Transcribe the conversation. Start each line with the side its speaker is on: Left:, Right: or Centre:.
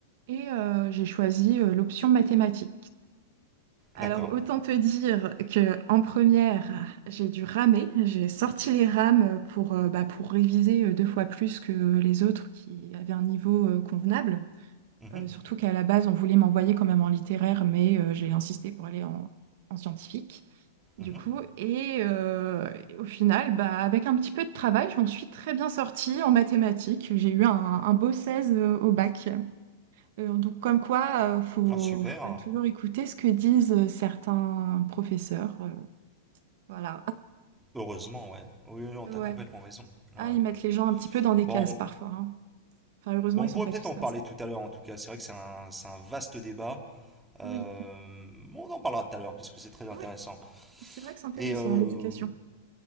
Right: Et euh, j'ai choisi euh, l'option mathématiques. Alors
Centre: D'accord.
Right: autant te dire que en première, j'ai dû ramer, j'ai sorti les rames pour, euh, bah, pour réviser euh, deux fois plus que les autres qui avaient un niveau euh, convenable.
Centre: Mhm.
Right: Euh, surtout qu'à la base, on voulait m'envoyer quand même en littéraire, mais euh, j'ai insisté pour aller en, en scientifique. Du
Centre: Mhm.
Right: coup, et, euh, et au final, bah, avec un petit peu de travail, je m'en suis très bien sortie en mathématiques. J'ai eu un, un beau 16 euh, au bac. Euh, donc, comme quoi, euh, faut,
Centre: Ah, super.
Right: faut pas toujours écouter ce que disent euh, certains professeurs. euh, voilà.
Centre: Heureusement, ouais. Oui, oui, non,
Right: Ah,
Centre: t'as
Right: Ouais.
Centre: complètement raison.
Right: Ah,
Centre: Ouais. ouais.
Right: ils mettent les gens un petit peu dans des
Centre: Bon,
Right: cases
Centre: on,
Right: parfois. hein. Enfin, heureusement,
Centre: bon,
Right: ils
Centre: on
Right: sont
Centre: pourrait
Right: pas
Centre: peut-être
Right: tous
Centre: en
Right: comme
Centre: parler
Right: ça.
Centre: tout à l'heure en tout cas. C'est vrai que c'est un, c'est un vaste débat. Euh,
Right: Oui.
Centre: bon, on en parlera tout à l'heure parce que c'est très intéressant.
Right: Oui. C'est vrai que c'est intéressant,
Centre: Et, euh,
Right: l'éducation.